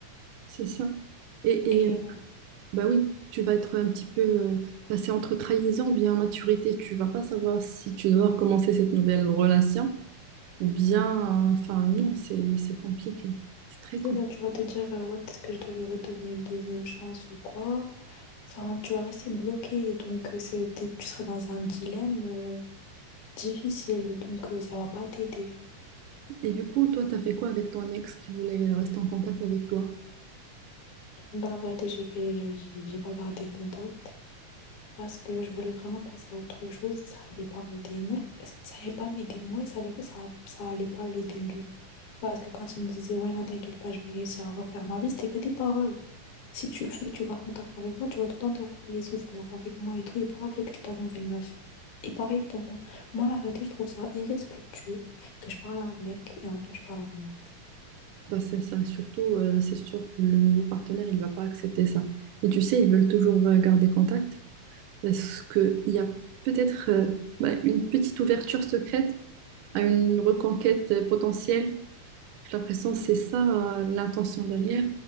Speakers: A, on the right; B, on the left.
A: C'est ça. Et,
B: Et
A: et,
B: euh,
A: bah oui, tu vas être un petit peu euh, passé entre trahison, bien maturité. Tu vas pas savoir si tu dois commencer cette nouvelle relation Ou bien, euh, enfin, non, c'est c'est compliqué. C'est très compliqué.
B: c'est ça, tu vas te dire, euh, ouais, peut-être que je dois lui redonner une deuxième chance ou quoi. Enfin, tu vas rester bloqué. Donc, euh, c'est- t'es- tu seras dans un dilemme. euh, difficile, donc euh, ça va pas t'aider.
A: Et du coup, toi, t'as fait quoi avec ton ex qui voulait euh, rester en contact avec toi?
B: Dans la vérité, j'ai j'ai j'ai pas gardé contact parce que je voulais vraiment passer à autre chose et ça allait pas m'aider ni ça allait pas m'aider moi et ça allait pas ça, ça allait pas l'aider lui. Parce que quand il me disait ouais non t'inquiète pas je vais réussir à refaire ma vie, c'était que des paroles. Si tu le fais, tu gardes contact avec moi, tu vas tout le temps te rappeler les souvenirs avec moi et tout, et pas avec ta nouvelle meuf. Et pareil pour moi. Moi, la vérité, je trouve ça irrespectueux que je parle à un mec et en même temps je parle à mon ex.
A: Bah, c'est ça, surtout, euh, c'est sûr que le nouveau partenaire, il va pas accepter ça. Et tu sais, ils veulent toujours euh, garder contact parce qu'il y a peut-être euh, bah, une petite ouverture secrète à une reconquête euh, potentielle. J'ai l'impression que c'est ça, euh, l'intention derrière.